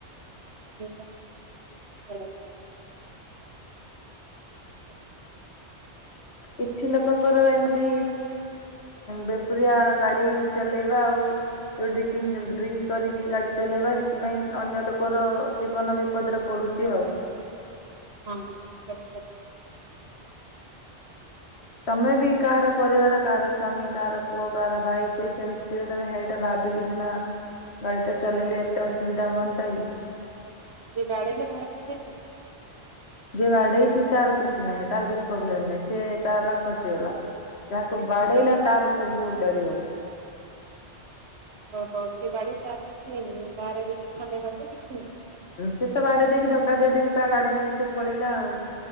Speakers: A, on the right; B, on the left.
A: ତ <inaudible> ହ।
B: କିଛି ଲୋକଙ୍କର ଏମିତି ବେପୁରିଆ ଗାଡି ଚଲେଇବା ଆଉ ଡ୍ରିକିଂ ଡ୍ରିଙ୍କ କରିକି ଗାଡି ଚଲେଇବା ସେଥିପାଇଁ ଅନ୍ୟ ଲୋକର ଜୀବନ ବିପଦରେ ପଡୁଛି ଆଉ।
A: ହଁ <inaudible>
B: ତମେ ବି କାହାର ପରିବାର, କାହାର ସ୍ଵାମୀ, କାହାର ପୁଅ, କାହାର ଭାଇ, ସେ ସେମିତି ଥିବେ ତମେ ସେଇଟା ଭାବିକି ସିନା ଗାଡି ଟା ଚଲେଇଲେ ଏତେ ଅସୁବିଧା ହୁଅନ୍ତା କି?
A: ଯେ ବାଡେଇଲା ତାଙ୍କର କିଛି ହେଲା କି?
B: ଯିଏ ବାଡେଇଛି ତାର କିଛି ନାହିଁ, ତାର କିଛି ପ୍ରୋବ୍ଲେମ ନାହିଁ, ସେ ତାର ଖସିଗଲା, ଯାହାକୁ ବାଡେଇଲା ତାର ସବୁ ଉଜାଡ଼ିଗଲା।
A: ଓଃ ହୋ ଯିଏ ବାଡେଇଛି ତାର କିଛି ହେଇନି ନା ତାର ବି ଖଣ୍ଡିଆ ଖାବରା କିଛି ହେଇନି?
B: ସେ ତ ବାଡେଇ ଦେଇକି ଧକ୍କା ଦେଇ ଦେଇକି ତା ଗାଡି ନେଇକି ସେ ପଳେଇଲା ଆଉ।